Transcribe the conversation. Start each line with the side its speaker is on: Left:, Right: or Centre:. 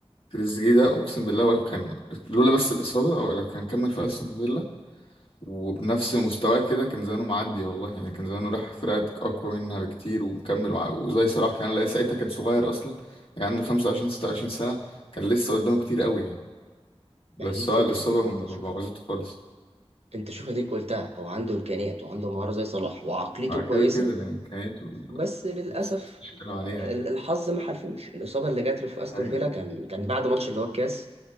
Left: تريزيجيه ده اقسم بالله ولا كان لولا بس الاصابة ولا كان كمل في استون فيلا وبنفس مستواه كده كان زمانه معدي والله يعني كان زمانه راح فرقة أقوى منها بكتير ومكمل وع- وزي صلاح كان لا ساعتها كان صغير أصلا يعني عنده 25 26 سنة كان لسه قدامه كتير قوي يعني بس
Right: يعني دي فكره
Left: هو الإصابة
Right: يعني
Left: ما
Right: انت
Left: ما
Right: شوف
Left: بوظته خالص
Right: انت شوف اديك قلتها هو عنده امكانيات وعنده مهاره زي صلاح وعقليته
Left: مع كده
Right: كويسه
Left: كده ده إمكانياته
Right: بس للاسف
Left: بس مش كلام عليها
Right: ال-
Left: يعني
Right: الحظ ما حلفوش الاصابه اللي جات له في استون
Left: أيوة.
Right: فيلا كان كان بعد ماتش اللي هو الكاس